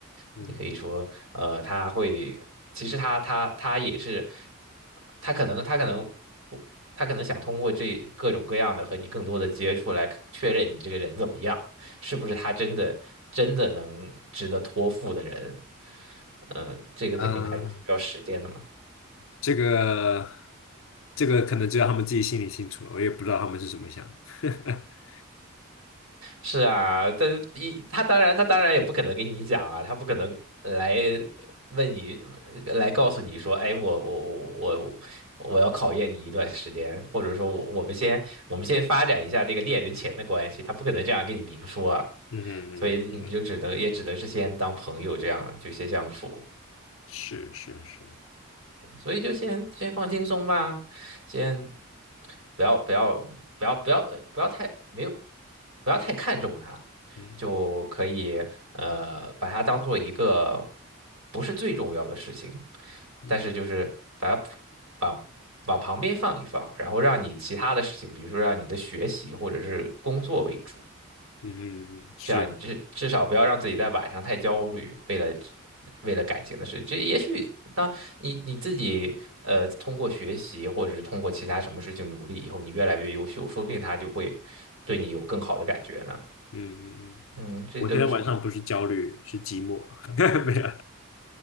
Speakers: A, on the left; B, on the right.
A: 嗯
B: 你可以说，呃，他会，其实他他他也是，他可能他可能不，他可能想通过这各种各样的和你更多的接触来确认你这个人怎么样。是不是他真的真的能值得托付的人。呃，这个肯定还是需要时间的嘛。
A: 嗯，呃这个这个可能只有他们自己心里清楚了，我也不知道他们是怎么想的。<laughs>
B: 是啊，他一他当然他当然也不可能跟你讲啊，他不可能来问你，来告诉你说，哎，我我我我我要考验你一段时间，或者说我我们先我们先发展一下这个恋人前的关系，他不可能这样跟你明说啊。
A: 嗯嗯嗯，
B: 所以你就只能也只能是先当朋友这样就先相处。
A: 是是是是，
B: 所以就先先放轻松吧，先不要不要不要不要呃不要太没有不要太看重它，
A: 嗯
B: 就可以呃把它当做一个不是最重要的事情，
A: 嗯
B: 但是就是把它往往旁边放一放，然后让你其他的事情，比如说让你的学习或者是工作为主。
A: 嗯嗯是，
B: 这样你至至少不要让自己在晚上太焦虑，为了为了感情的事。这也许当你你自己呃通过学习或者是通过其他什么事情努力以后，你越来越优秀，说不定他就会对你有更好的感觉呢。
A: 嗯嗯嗯，
B: 嗯，这都是不
A: 我现在晚上不是焦虑，
B: <laughs>
A: 是寂寞，<laughs> 没有，